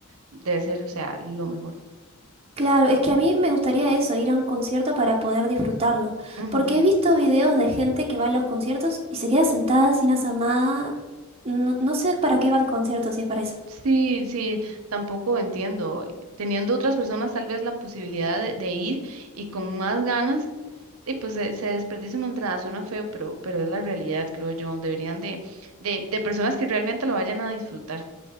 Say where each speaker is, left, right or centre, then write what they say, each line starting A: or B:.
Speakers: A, on the right; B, on the right.
A: debe ser, o sea, lo mejor.
B: Claro, es que a mí me gustaría eso, ir a un concierto para poder disfrutarlo,
A: Ujú.
B: porque he visto videos de gente que va a los conciertos y se queda sentada sin hacer nada. No, no sé para qué va el concierto si es para eso.
A: Sí, sí, tampoco entiendo. eh, Teniendo otras personas tal vez la posibilidad de, de ir y con más ganas, y pues se, se desperdicia una entrada, suena feo, pero, pero es la realidad, creo yo. Deberían de, de, de personas que realmente lo vayan a disfrutar.